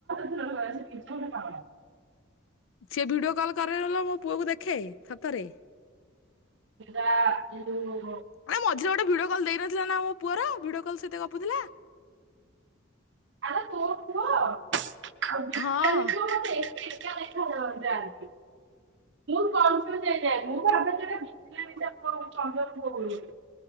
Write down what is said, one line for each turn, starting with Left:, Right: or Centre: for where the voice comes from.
Right: ପା
Left: ସି ଭିଡିଓ କଲ୍ କରଲା ମୋ ପୁଅ କ ଦେଖେ ଛାତରେ
Right: ୁ <unintelligible>
Left: ନାଇ ମଝେ ଗୋଟେ ଭିଡିଓ କଲ ଦେଇନଥିଲା ନା ପୁଅର ଭିଡି କଲ ସତ ଗପୁଥିଲା
Right: ଆ ତୋ କୁହ ଆଉ ବିବ
Left: ହଁ
Right: ଗୋଟେ ଶିକଷା ଦେଖ ଯାନ୍ତି ମୁଁ ତ କ ଯ ଯାଇ ମୁଁ ଭାବଟ ବୁଝିଲ କ ଚ